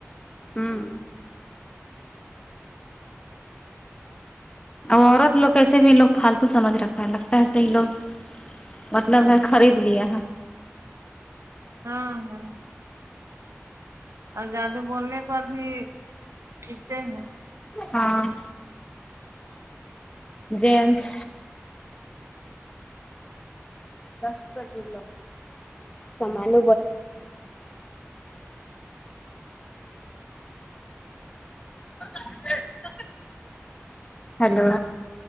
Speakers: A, on the left; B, on the right.
A: ہوں اور عورت لوگ کیسے بھی یہ لوگ فالتو سمجھ رکھا لگتا ہے ایسے ہی لوگ مطلب ہے خرید لیا ہے
B: ہاں ہاں اور زیادہ بولنے پر بھی چیڑتے ہیں
A: ہاں جینس دس بجے اٹھنا سبھال <unintelligible> ہلو